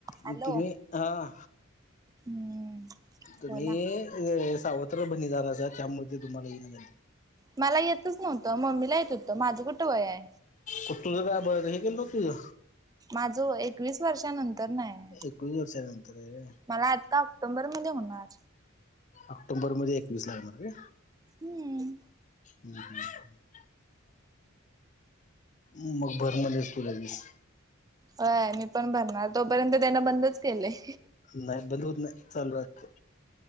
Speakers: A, on the left; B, on the right.
A: मग
B: हॅलो
A: तुम्ही आहा.
B: हम्म.
A: तुम्ही
B: बोला
A: सावत्र बहिणी झाल्या असा, त्यामुळे तुम्हाला ते येईना झालं
B: मला येतच नव्हतं, मम्मीला येत होतं. माझं कुठं वय हाय.
A: कुठं तुझं काय बर हे केलं नव्हतं तुझं?
B: माझं व्हय एकवीस वर्षानंतरना हाय.
A: एकवीस वर्षानंतर हाय.
B: मला आता ऑक्टोबर मध्ये होणार.
A: ऑक्टोबर मध्ये एकवीस लागणार काय?
B: हम्म.
A: <inaudible> मग मग भर म्हणले तुला वीस.
B: होय मी पण भरणार, तोपर्यंत त्यांनं बंदच केलंय.
A: नाही बंद होत नाही, चालू राहतंय.